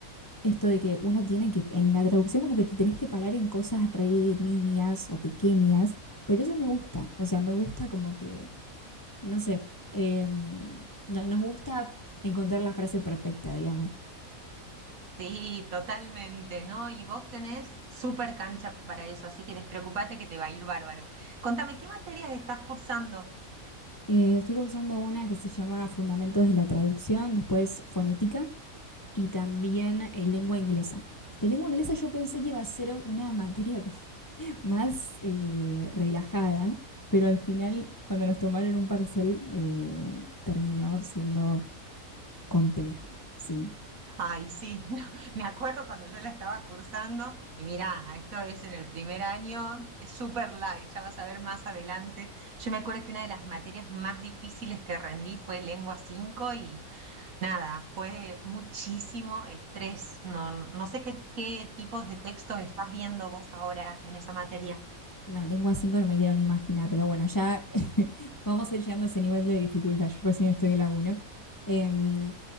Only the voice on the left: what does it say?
esto de que uno tiene que, en la traducción como que te tenés que parar en cosas re nimias o pequeñas, pero eso me gusta. O sea, me gusta como que, no sé, em, no- nos gusta encontrar la frase perfecta, digamos.
Eh, estoy cursando una que se llama Fundamentos de la Traducción, después Fonética y también eh, Lengua Inglesa. Que lengua inglesa yo pensé que iba a ser una materia como <laughs> más eh, relajada, pero al final, cuando nos tomaron un parcial, eh, terminó siendo compleja, ¿sí?
No, lengua 5 no me quiero ni imaginar, pero bueno, ya <laughs> vamos a ir llegando a ese nivel de dificultad. Yo recién estoy en la uno. Em,